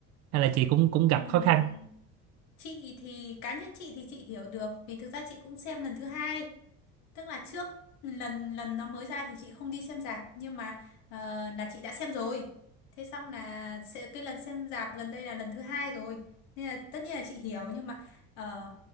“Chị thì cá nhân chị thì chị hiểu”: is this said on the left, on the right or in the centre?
Left